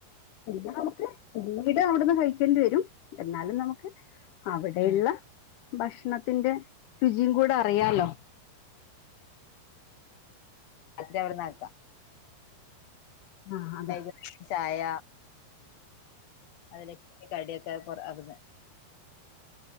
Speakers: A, on the left (about 85°); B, on the left (about 60°).
A: പിന്നെ ഇടെ അവിടുന്ന് കഴിക്കേണ്ടി വരും എന്നാലും നമുക്ക് അവിടെയുള്ള
B: ഉം
A: ഭക്ഷ ണത്തിന്റെ രുചിയും കൂടെ അഴിയാലോ
B: ഉം അച്ഛാ അവിടുന്നാക്കാ
A: ആ അതെ
B: വൈക്ത്തെ ചായ അതിലേക്ക് കടിയൊക്കെ പൊർ ആവുന്നെ